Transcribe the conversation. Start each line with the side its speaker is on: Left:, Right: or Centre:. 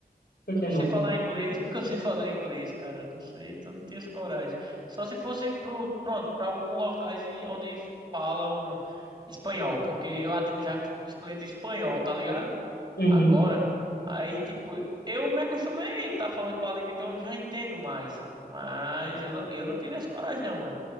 Left: por
Right: Não
Left: que não?
Right: sei falar inglês porque eu sei falar inglês, cara. Não sei, então não tenho essa coragem. Só se fosse pro, pronto, para alguns locais em- onde falam espanhol, porque eu atendo já uns clientes espanhol, tá ligado?
Left: Uhum.
Right: Agora, aí tipo, eu me acostumei tá falando com a língua, então eu já entendo mais. Mas eu não, eu não teria essa coragem, não, mano.